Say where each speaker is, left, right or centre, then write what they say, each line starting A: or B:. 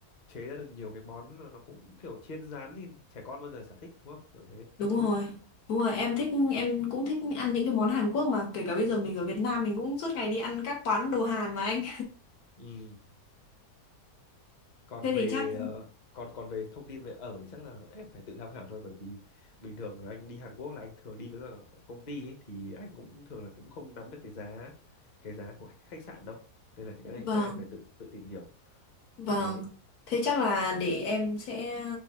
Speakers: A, on the left; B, on the left.
A: chế ra được nhiều cái món là nó cũng kiểu chiên rán thì trẻ con bao giờ sở thích đúng không kiểu thế
B: đúng rồi đúng rồi em thích em cũng thích ăn những cái món Hàn Quốc mà kể cả bây giờ mình ở Việt Nam mình cũng suốt ngày đi ăn các quán đồ Hàn mà anh
A: ừ. còn
B: thế thì
A: về
B: chắc
A: ờ, còn còn về thông tin về ở thì chắc là em phải tự tham khảo thôi bởi vì bình thường anh đi Hàn Quốc là anh thường đi với cả công ty ấy, thì anh cũng thường là cũng không nắm được cái giá cái giá của khách khách sạn đâu nên là cái này
B: vâng
A: chắc em phải tự tự tìm hiểu
B: Vâng,
A: đấy
B: thế chắc là để em sẽ